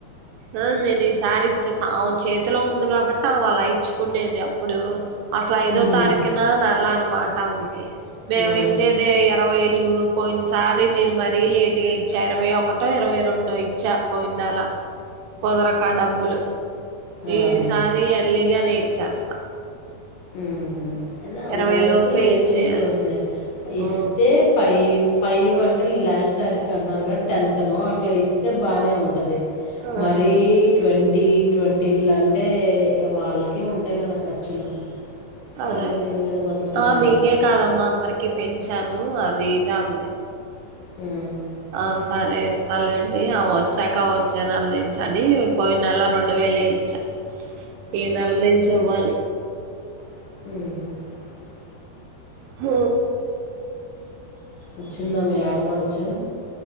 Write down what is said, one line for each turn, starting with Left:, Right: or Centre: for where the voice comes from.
Right: ఏముంది లె ఈసారి ఇచ్చే ఆ చేతిలో ఉంది కాబట్టి అమె అలా ఇచ్చుకునేది అప్పుడు అసలు ఐదో
Left: ఉమ్
Right: తారీఖున నెల్ల అన్నమాట ఉంది మేమి
Left: ఆ
Right: ఇచ్చేది ఇరవైలు పోయిన సారి నేను మరీ లేటుగా ఇచ్చా ఇరవై ఒకటో ఇరవై రెండో ఇచ్చా పోయిన నెలా కుదరక డబ్బులు
Left: ఆ ఆ
Right: ఈసారి ఎర్లీగానేే ఇచ్చేస్తా
Left: ఉ అంతవరకు
Right: ఇరవై లోపే
Left: లేట్
Right: ఇచ్చేయాలి
Left: చేయకూడదు లే ఇస్తే
Right: ఆ
Left: ఫైవ్ ఫైవ్ అంటే లాస్ట్ తారీఖు అంటున్నారు కదా టెన్త్ ను అట్లా ఇస్తే బానే ఉంటది
Right: ఆ
Left: మరీ ట్వం మరీ ట్వంటీలు అంటే వాళ్ళకి ఉంటాయి కదా ఖర్చులు వాళ్ళు
Right: అదే
Left: దీని మీద బతుక్కునే
Right: ఆ బిగే
Left: వాళ్ళే కదా!
Right: కాదమ్మా అందరికి పెంచాను అది ఇది అంది
Left: మ్ <unintelligible>
Right: ఆ సరే ఇస్తా లేండి ఆమె వచ్చాక వచ్చే నెల నుంచి అని పోయి నెల రెండు వేలు నెలే ఇచ్ఛా
Left: <unintelligible>
Right: ఈ నెల నుంచి ఇవ్వాలి
Left: అ <unintelligible>
Right: ఆ
Left: వచ్చిందా మీ ఆడపడచు